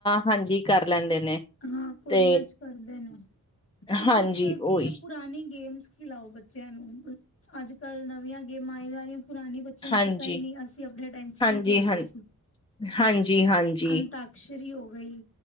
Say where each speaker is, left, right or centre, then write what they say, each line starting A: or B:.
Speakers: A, on the left (about 15°); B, on the left (about 40°).
A: ਹਾਂਜੀ ਕਰ ਲੈਂਦੇ ਨੇ
B: ਹਾਂ ਕੁੜੀਆਂ
A: ਤੇ
B: ਚ ਕਰਦੇ ਨੇ ਤੇ
A: ਹਾਂਜੀ
B: ਕੁਛ ਕੀ
A: ਓਈ
B: ਹੈ ਪੁਰਾਣੀ ਗੇਮਸ ਖਿਲਾਓ ਬੱਚਿਆਂ ਨੂੰ ਅੱਜ ਕੱਲ ਨਵੀਆਂ ਗੇਮਾਂ ਆਇ ਜਾ ਰਹੀਆਂ ਨੇ ਪੁਰਾਣੇ ਬੱਚਿਆਂ
A: ਹਾਂਜੀ,
B: ਨੂੰ ਪਤਾ ਹੀ ਨਹੀਂ ਅਸੀਂ ਆਪਣੇ ਟਾਈਮ ਚ
A: ਹਾਂਜੀ,
B: ਕੀ ਖੇਲਦੇ
A: ਹਾਂ
B: ਸੀ
A: ਹਾਂਜੀ ਹਾਂਜੀ,
B: ਅੰਤਾਕਸ਼ਰੀ ਹੋ ਗਈ